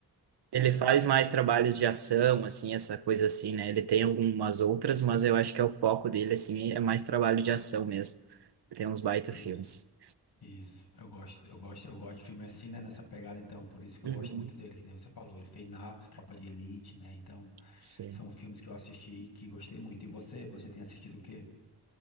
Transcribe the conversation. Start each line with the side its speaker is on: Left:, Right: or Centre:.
Right: ele faz mais trabalhos de ação, assim, essa coisa assim, né? Ele tem algumas outras, mas eu acho que é o foco dele, assim, é mais trabalho de ação mesmo. Ele tem uns baita
Left: isso,
Right: filmes.
Left: isso. Eu gosto, eu gosto, eu gosto de filme assim, né, nessa pegada, então, por isso que eu
Right: Uhum,
Left: gosto muito dele, que nem você falou, ele fez Narcos, Tropa de Elite, né? Então,
Right: sim.
Left: São filmes que eu assisti e que gostei muito. E você, você tem assistido o quê?